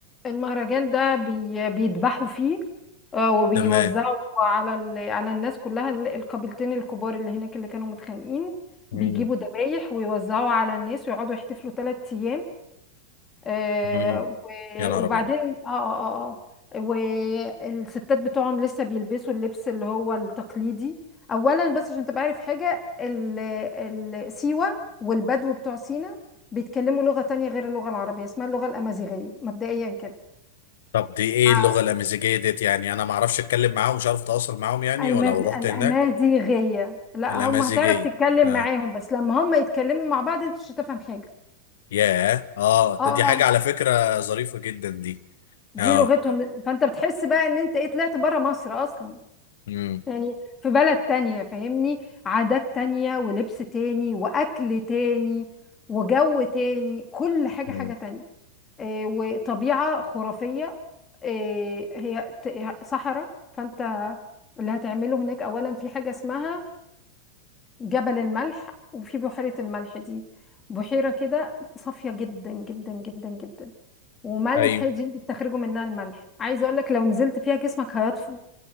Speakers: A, on the left; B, on the left.
A: المهرجان ده بي بيذبحوا فيه آه، وبيوزعوا
B: تمام
A: على ال... على الناس كلها ال- القبيلتين الكبار اللي هناك اللي كانوا متخانقين
B: مم.
A: بيجيبوا ذبايح ويوزعوا على الناس ويقعدوا يحتفلوا ثلاث ايام آه،
B: مم.
A: و-
B: يا نهار
A: وبعدين
B: ابيض
A: اه اه اه اه والستات بتوعهم لسه بيلبسوا اللبس اللي هو التقليدي اولا بس عشان تبقى عارف حاجة ال- ال- سيوة والبدو بتوع سينا بيتكلموا لغة تانية غير اللغة العربية اسمها اللغة الأمازيغية مبدئيا كده
B: طب دي ايه
A: آه،
B: اللغة الأمازيغية ديت يعني انا ما اعرفش اتكلم معاهم مش عارف اتواصل معاهم يعني
A: المز...
B: ولو رحت
A: الأمازيغية
B: هناك
A: لا
B: الأمازيغية
A: هم هتعرف تتكلم
B: اه
A: معاهم بس لما هم يتكلموا مع بعض انت مش هتفهم حاجة
B: ياه اه
A: اه
B: ده دي حاجة
A: آه،
B: على فكرة ظريفة جدا دي
A: دي
B: اه
A: لغتهم فانت بتحس بقى ان انت ايه طلعت بره مصر اصلا
B: مم.
A: يعني في بلد تانية فاهمني عادات تانية ولبس تاني وأكل تاني وجو تاني كل حاجة
B: مم.
A: حاجة تانية إيه وطبيعة خرافية إيه هي ت- صحراء فأنت اللي هتعمله هناك أولا في حاجة اسمها جبل الملح وفي بحيرة الملح دي بحيرة كده صافية جدا جدا جدا جدا وملح
B: ايوه
A: دي بتستخرجوا منها الملح عايزة أقولك لو نزلت فيها جسمك هيطفو